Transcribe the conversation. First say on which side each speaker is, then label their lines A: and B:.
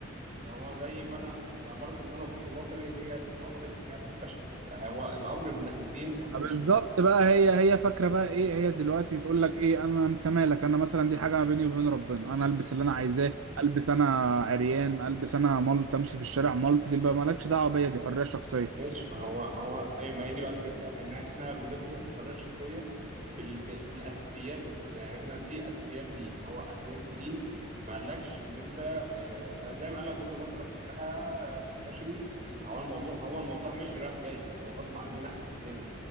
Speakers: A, on the right; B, on the right.
A: ما هو زي ما انا اتأمرت ان انا اغض بصري هي اتأمرت ان هي تحتشم فهو الامر من ناحيتين الامر
B: بالظبط
A: مش من ناحيه واحده
B: بقى هي هي فاكره بقى ايه هي دلوقتي بتقول لك ايه انا انت مالك انا مثلا دي حاجه ما بيني وبين ربنا انا البس اللي انا عايزاه البس انا عريان البس انا ملط امشي في الشارع ملط دي بقى مالكش دعوه بيا دي حريه شخصيه
A: ماشي ما هو هو ايوه ما هي دي بقى الفكره ان احنا بنخلط الحريه الشخصيه بال... بال- بالاساسيات ذات نفسها يعني احنا دي اساسيات دين هو اساسيات الدين ما قالكش ان انت آه، زي ما قال لك غض بصرك لها احتشمي هو الموضوع هو الموضوع ماشي رايح جاي هو غصب عننا احنا كلنا